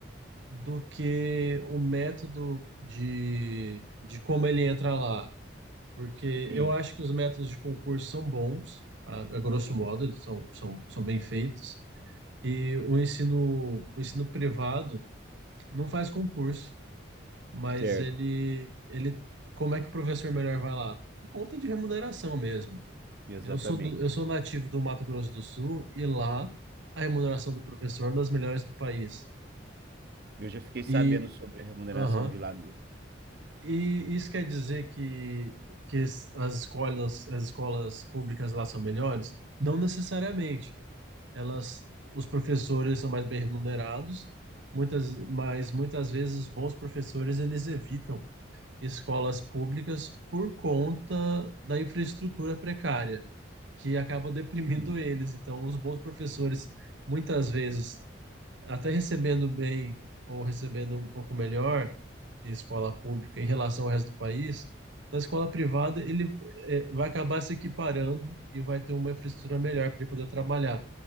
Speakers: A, on the right; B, on the right.
A: do que o método de, de como ele entra lá. Porque
B: Sim,
A: eu acho que os métodos de concurso são bons, a, a grosso
B: sim,
A: modo, eles são, são, são bem feitos. E o ensino, o ensino privado não faz concurso. mas
B: certo,
A: ele, ele, como é que o professor melhor vai lá? Por conta de remuneração mesmo.
B: exatamente.
A: Eu sou, do- eu sou nativo do Mato Grosso do Sul e lá a remuneração do professor é das melhores do país.
B: Eu já fiquei sabendo
A: E,
B: sobre a remuneração
A: aham,
B: de lá mesmo.
A: e isso quer dizer que, que as as escolas, as escolas públicas lá são melhores? Não necessariamente. Elas, os professores são mais bem remunerados, muitas, mas muitas vezes os bons professores eles evitam escolas públicas por conta da infraestrutura precária, que acaba deprimindo
B: Sim.
A: eles. Então, os bons professores, muitas vezes, até recebendo bem ou recebendo um pouco melhor de escola pública em relação ao resto do país, na escola privada ele eh, vai acabar se equiparando e vai ter uma infraestrutura melhor para ele poder trabalhar.